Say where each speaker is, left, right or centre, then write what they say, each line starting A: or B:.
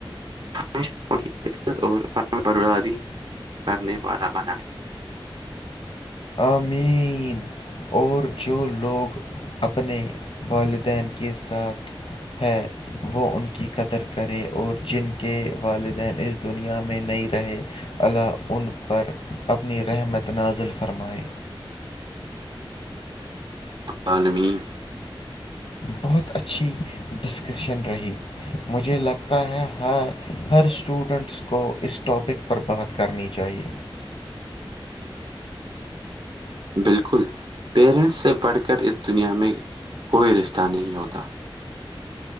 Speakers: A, on the right; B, on the left.
A: ہمیش کیت اورم بردادی کرنے والا بنائے
B: امین اور جو لوگ اپنے والدین کے ساتھ ہاں وہ ان کی قدر کرے اور جن کے والدین ا دنیا میں نہیں رہے علا ان پر اپنی رحمت نازل فرمائے
A: پالمی
B: بہت اچھی ڈسکشن رہی مجھے لگتا ہے ہر ہر اسٹوڈنٹس کو اس ٹاپک پر بات کرنی چاہیے
A: بالکل پیرنٹس سے پڑھ کر اس دنیا میں کوئی رشتہ نہیں ہوتا